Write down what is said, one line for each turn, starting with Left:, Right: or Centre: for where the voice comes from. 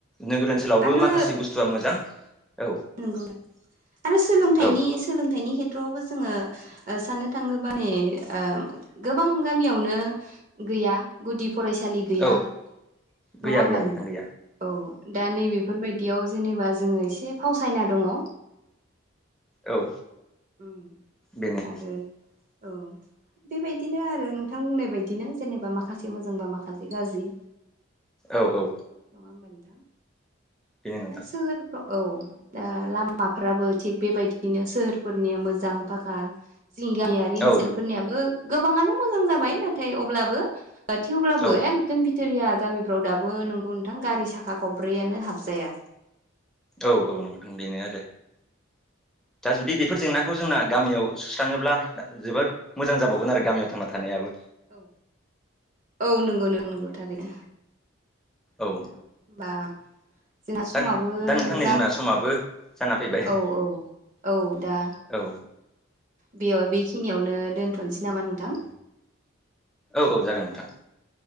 Centre: नोगोर ओनसोलावबो
Right: आरो
Centre: माखासे बुस्थुआ मोजां। औ
Right: नंगौ नोंथां आरो सोलोंथाइनि
Centre: औ
Right: सोलोंथाइनि खेथ्रआवबो जोङो। ओ साननो थाङोबा नेै ओ गोबां गामियावनो। गैया गुदि फरायसालि। गैया
Centre: औ
Right: नङा
Centre: गैया
Right: होमबा
Centre: गैया
Right: नोंथां
Centre: गैया
Right: औ दा नैबे। बेफोरबायदियाव जेनेबा जोङो एसे फावसायना दङ'।
Centre: औ।
Right: उम
Centre: बेनो
Right: आरो औ। बेबायदिनो आरो नोंथां बुंनाय बायदिनो जेनेबा माखासे मोजांबा माखासे गाज्रि।
Centre: औ औ।
Right: नङा होमबा नोंथां
Centre: बेनो नोंथां
Right: दा सो औ दा लामाफ्राबो थिग बेबायदिनो सोहोरफोरनिया मोजां फाखा। जोंनि गामियारि ओनसोलफोरनियाबो
Centre: औ
Right: गोबाङानो मोजां जाबाय नाथाय अब्लाबो। थेवब्लाबो
Centre: औ
Right: एखदम बिथोरिया गामिफ्राव दाबो नोंगौ नोंथां गारि साखा खब्रैआनो हाबजाया।
Centre: औ औ नोंथां बेनो आरो। दा जुदि बेफोर जेंनाखौ जोंना गामियाव सुस्राङोब्ला जोबोद। मोजां जाबावगोन आरो गामियाव थांना थानायाबो।
Right: औ औ नंगौ नोंथां नंगौ थारैनो। होनबा
Centre: औ
Right: जोंना समाबो
Centre: दा दा नोंथांनि
Right: जा
Centre: जोंना समाबो जाना फैबाय
Right: औ औ। औ दा
Centre: औ
Right: बेयाव बेखिनियावनो दोनथ'नोसै नामा नोंथां।
Centre: औ औ जागोन नोंथां।